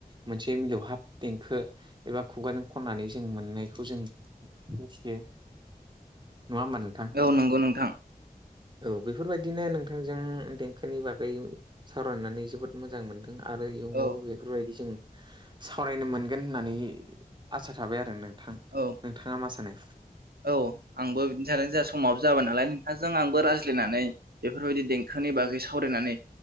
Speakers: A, on the right; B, on the right.
A: मोनसे मिलौहाब देंखो एबा खुगाजों खननानै जों मोननायखौ जों मिथियो नङा होमब नों
B: औ नंगौ नोंथां
A: औ बेफोरबायदिनो नोंथांजों देंखोनि बागै सावरायनानै जोबोद मोजां मोनदों आरो इयुनावबो
B: औ
A: बेफोरबायदि जों सावरायनो मोनगोन होननानै आसा थाबाय आरो नों थां
B: औ
A: नोंथाङा मा सानो?
B: औ आंबो बिदिनो थ जोंहा समाबो जाबाय नालाय नोंथांजों आंबो रायज्लायनानै बेफोरबायदि देंखोनि बागै सावरायनानै